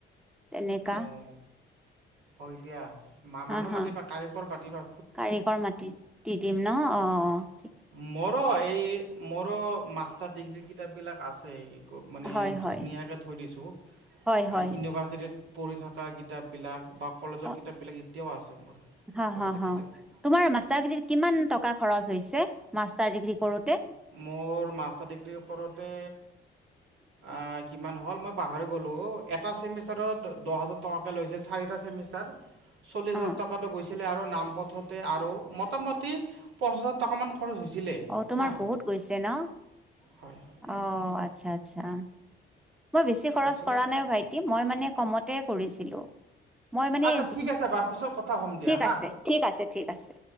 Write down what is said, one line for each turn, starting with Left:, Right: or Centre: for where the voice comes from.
Centre: তেনেকা
Right: অ হয় দিয়া মা
Centre: হা
Right: মানুহ
Centre: হা
Right: মাতিবা কাৰিকৰক মাতিবা
Centre: কাৰিকৰ মাতি দি দিম ন অ অ
Right: মোৰো এই মোৰো মাষ্টাৰ ডিগ্ৰীৰ কিতাপবিলাক আছেই মানে
Centre: হয়
Right: ধুনীয়াকে
Centre: হয়
Right: থৈ দিছোঁ ভৰাই
Centre: হয় হয়
Right: এনো ফাৰ্ষ্টত পঢ়ি থকা কিতাপবিলাক বা কলেজৰ
Centre: অ
Right: কিতাপবিলাক এতিয়াও আছে মোৰ
Centre: হা হা
Right: এইবিলাক
Centre: হা
Right: কিতাপ
Centre: তোমাৰ মাষ্টাৰ ডিগ্ৰী কিমান টকা খৰচ হৈছে মাষ্টাৰ ডিগ্ৰী কৰোতে
Right: মোৰ মাষ্টাৰ ডিগ্ৰী কৰোতে
Centre: <unintelligible>
Right: আ কিমান হ'ল মই পাহৰি গ'লোঁ এটা চেমিষ্টাৰত দহ হাজাৰ টকাকে লৈছিল চাৰিটা চেমিষ্টাৰ ষ্টাৰ চল্লিছ
Centre: অ
Right: হাজাৰ টকাটো গৈছে ছিলে আৰু নাম পথতে আৰু মোটামুটি পঞ্চাছ হাজাৰ টকামান খৰচ হৈছিলে
Centre: অ তোমাৰ
Right: হা
Centre: বহুত গৈছে ন
Right: হয় হয়
Centre: অ আচ্ছা আচ্ছা মই বেছি খৰচ
Right: গৈছিলে
Centre: কৰা
Right: আৰু
Centre: নাই অ ভাইটি মই মানে কমতে কৰিছিলোঁ মই মানে
Right: আচ্ছা
Centre: যি
Right: ঠিক আছে বাৰু পিছত কথা হ'ম দিয়া
Centre: ঠিক
Right: হা
Centre: আছে ঠিক আছে ঠিক আছে